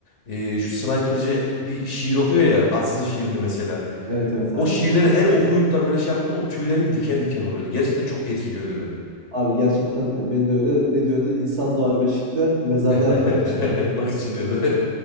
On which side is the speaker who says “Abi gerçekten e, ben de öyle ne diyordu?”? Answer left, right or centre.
Right